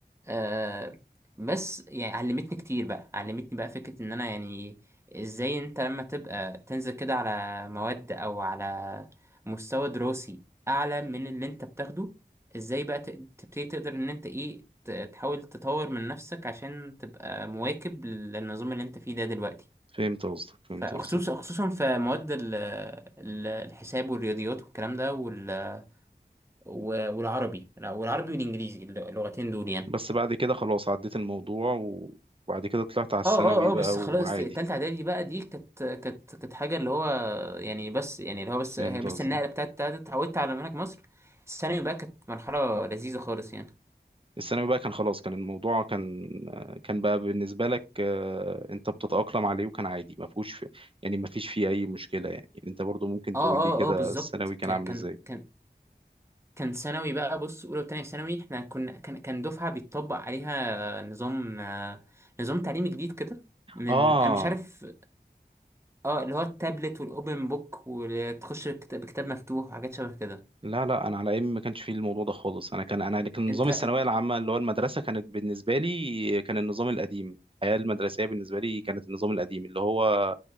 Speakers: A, on the right; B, on the right.
A: آه بس يعني علمتني كتير بقى علمتني بقى فكرة ان انا يعني ازاي انت لما تبقى تنزل كده على مواد او على مستوى دراسي اعلى من اللي انت بتاخده ازاي بقى تق- تبتدي تقدر ان انت ايه ت- تحاول تطور من نفسك عشان تبقى مواكب لل- للنظام اللي انت فيه ده دلوقتي
B: فهمت قصدك فهمت
A: فخصوصا
B: قصدك
A: خصوصا في مواد ال- ال- الحساب والرياضيات والكلام ده وال- و- والعربي لا، والعربي والانجليزي اللغتين دول يعني
B: بس بعد كده خلاص عديت الموضوع وبعد كده طلعت على الثانوي
A: اه اه
B: بقى
A: اه بس
B: وعادي
A: خلاص دي- التالتة اعدادي بقى دي كانت كانت كانت حاجة اللي هو يعني بس يعني اللي هو بس
B: فهمت
A: هي بس
B: قصدي
A: النقلة بتاعت بتاعت اتعودت على منهج مصر الثانوي بقى كانت مرحلة لذيذة خالص يعني
B: الثانوي بقى كان خلاص كان الموضوع كان كان بقى بالنسبة لك آه، انت بتتأقلم عليه وكان عادي ما فيهوش في يعني ما فيش فيه اي مشكلة يعني يعني انت برضو ممكن
A: اه
B: تقول
A: اه
B: لي كده
A: اه بالظبط
B: الثانوي كان
A: كان
B: عامل
A: كان
B: ازاي
A: كان كان ثانوي بقى بص اولى وتانية ثانوي احنا كنا كان كان دفعة بيتطبق عليها نظام آه، نظام تعليمي جديد كده من
B: اه
A: انا مش عارف اه اللي هو التابلت والاوبن بوك وتخش بكت- بكتاب مفتوح وحاجات شبه كده
B: لا لا انا على ايام ما كانش فيه الموضوع ده خالص انا كان انا كان
A: انت
B: نظام الثانويه العامه اللي هو المدرسه كانت بالنسبه لي كان النظام القديم الحياه المدرسيه بالنسبه لي كانت النظام القديم اللي هو